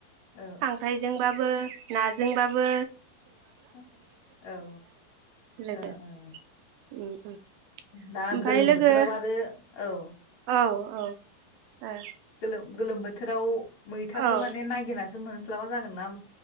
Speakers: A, on the left; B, on the right.
A: औ
B: खांख्राइजोंबाबो ना जोंबाबो
A: औ ओ
B: लोगो
A: ओ ओ
B: उम उम
A: दा
B: ओमफाय
A: गोलोम
B: लोगो
A: बोथोराव आरो औ
B: औ औ आ
A: गोलोम गोलोम बोथोराव मैथाखौ
B: औ
A: माने नायगिरनासो मोन स्लाबा जागोन ना